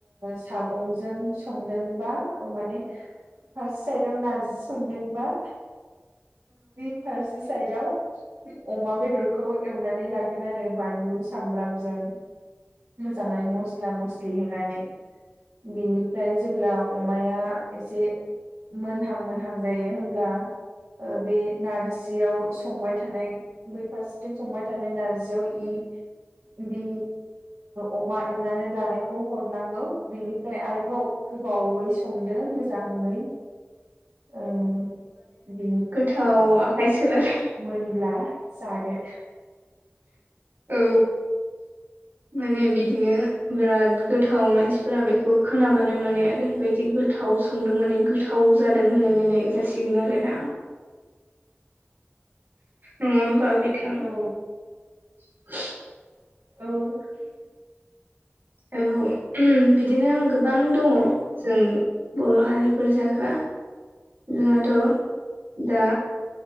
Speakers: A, on the right; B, on the right.
A: सागंजों संदोंबा माने फार्स्ट साइदाव नार्जि संदोंबा बि फारसे साइदाव अमा बेदरखौ एवनानै लागोन आरो बानलु सामब्रामजों मोजाङै मस्ला मस्लि होनानै बिनिफ्राय जेब्ला अमाया एसे मोनहां मोनहां जायो होनब्ला बे नारजियाव संबाय थानाय बै फारसेथिं संबाय थानाय नारजियाव इ बि अमा एवनानै लानायखौ हरनांगौ बिनिफ्राय आरोबाव गोबावै संदो मोजाङै औ बि
B: थाव आखाइ सोलायलाय
A: मोनब्ला जादो।
B: औ। माने बिदिनो बिराद गोथाव मानसिफोरा बेखौ खोनाबानो माने ओरैबायदि गोथाव संदों माने गोथाव जादों होनलायलायनाय जासिगोन आरो ना। नङा ओमबा बिथां
A: औ
B: <inaudible>
A: ओम
B: औ बिदिनो गोबां दङ जों बर' हारिफोर जाग्रा जोंहाथ' दा